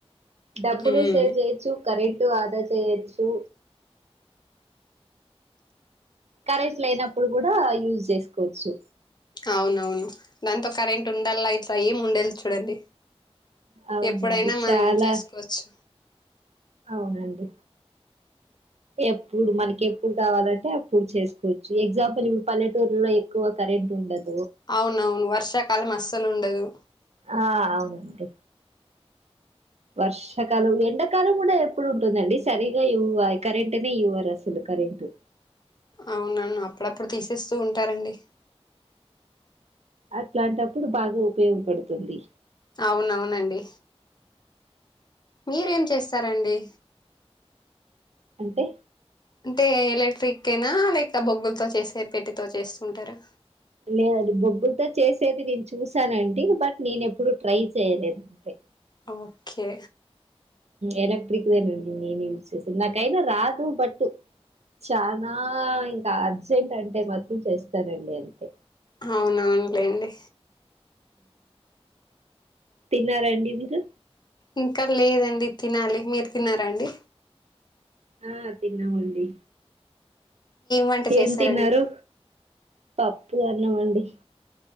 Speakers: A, on the right; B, on the left.
A: డబ్బులు
B: మ్మ్
A: సేవ్ చే చ్చు కరెంటు ఆదా చేయొచ్చు కరెంటు లేనపుడు కూడా యూజ్ జే సుకోవచ్చు
B: అవునవును దాంతో కరెంట్ ఉండాల్ల ఇట్ల ఏం ఉండేల్ద్ చూడండి
A: అవునండి
B: ఎప్పుడైనా మనం
A: చాలా
B: చేసుకోవచ్చు
A: అవునండి ఎప్పుడు మనకి ఎప్పుడు కావాలంటే అప్పుడు చేసుకోవచ్చు. ఎగ్జాంపుల్ ఇప్పుడు పల్లెటూర్లులో ఎక్కువ కరెంట్ ఉండదు
B: అవునవును వర్షాకాలం అస్సలు ఉండదు
A: ఆ అవునండి వర్షాకాలం ఎండాకాలం కూడా ఎప్పుడు ఉంటుందండి సరిగా ఇవ్వాలి కరెంటునే ఇవ్వరు అసలు కరెంటు
B: అవునవును అప్పుడప్పుడు తీసేస్తూ ఉంటారండి
A: అట్లాంటప్పుడు బాగా ఉపయోగపడుతుంది
B: అవునవునండి మీరేం చేస్తారంండి
A: అంటే
B: అంటే ఎలక్ట్రిక్ కేనా లేక బొగ్గులతో చేసే పెట్టె తో చేస్తుంటారా
A: లేదండి బొగ్గులతో చేసేది నేను చూశానండి. బట్ నేను ఎప్పుడు ట్రై చేయలేదు. అంతే
B: ఓకే
A: ఎలక్ట్రిక్ దేనండి నేను యూజ్ చేసేది నాకైనా రాదు బట్ చానా ఇంకా అర్జెంట్ అంటే మాత్రం చేస్తానండి అంతే
B: అవునవునులేండి
A: తిన్నారా అండి మీరు
B: ఇంకా లేదండి తినాలి మీరు తిన్నారా అండి
A: ఆ తిన్నావండి.
B: వంట
A: ఏం
B: చేశారండి
A: తిన్నారు పప్పు అన్నమండి